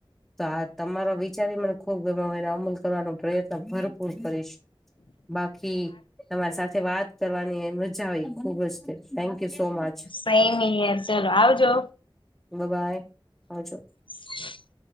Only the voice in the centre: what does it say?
તો આ તમારો વિચારી મને ખુબ ગમે હું એને અમૂલ. કરવાનો પ્રયત્ન ભરપૂર કરીશ બાકી તમારી સાથે વાત. કરવાની મજા આવી ખુબ જ તે થેન્ક યુ સો મચ.
બબ્બાઈ આવજો.